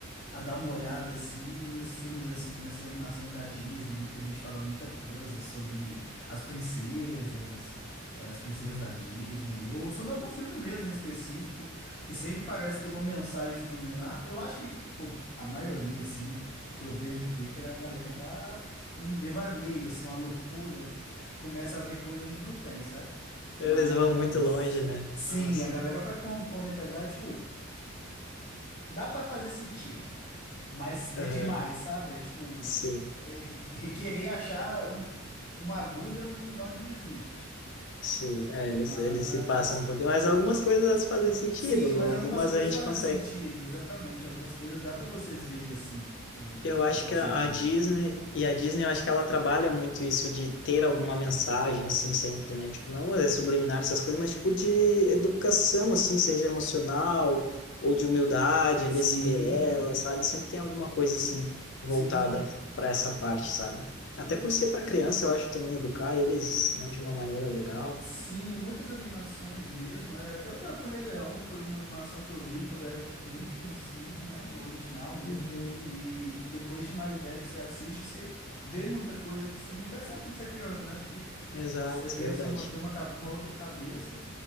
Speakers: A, on the left; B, on the left.
A: a dar uma olhada assim nesses filmes assim, nessas animações da Disney. Muita gente fala muita coisa sobre as princesas, eh, as princesas
B: Uhum.
A: da Disney, ou sobre algum filme mesmo em específico, que sempre parece ter uma mensagem subliminar. Eu acho que, pô, a maioria, assim, que eu vejo no Twitter, a galera tá com um devaneio, assim, uma loucura começa a ver coisa onde não tem, sabe? Mas
B: Eles vão muito longe, né?
A: sim,
B: Nossa.
A: a galera vai com, com a mentalidade, tipo, dá pra fazer sentido, mas é
B: Aham.
A: demais, sabe? É tipo,
B: Sim,
A: é que- querer achar um- uma agulha num lugar onde não existe.
B: sim. É,
A: Mas
B: eles, eles se passam um pouquinho, mas algumas coisas fazem sentido,
A: sim, mas
B: algumas
A: algumas coisas
B: a gente
A: fazem
B: consegue.
A: sentido, exatamente. Algumas coisas dá pra você ver assim que
B: Eu
A: que
B: acho
A: faz
B: que a
A: sentido.
B: a Disney, e a Disney, eu acho que ela trabalha muito isso de ter alguma mensagem, assim, sempre, né? Tipo, não é subliminar essas coisas, mas tipo de educação, assim, seja emocional ou de humildade, ali,
A: Sim,
B: Cinderela, sabe? Sempre tem alguma coisa, assim, voltada
A: sim.
B: para essa parte, sabe?
A: O
B: Até por ser para criança, eu acho também educar eles, né, de uma maneira legal.
A: Sim, e muitas animações mesmo. É, até o próprio Rei Leão foi uma animação que eu vi quando era bem criancinha, né? O original mesmo.
B: Uhum.
A: E depois de mais velho, você assiste, você vê muita coisa que você não percebe quando você é criança, né? Acho que
B: Exato,
A: você pensa,
B: verdade.
A: uma, tem uma, ca- uma outra cabeça,